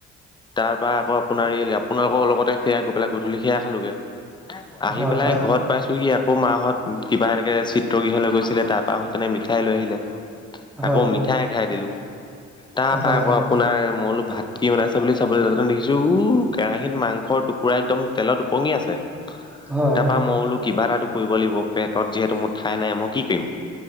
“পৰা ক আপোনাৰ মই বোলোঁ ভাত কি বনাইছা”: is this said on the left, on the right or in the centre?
Left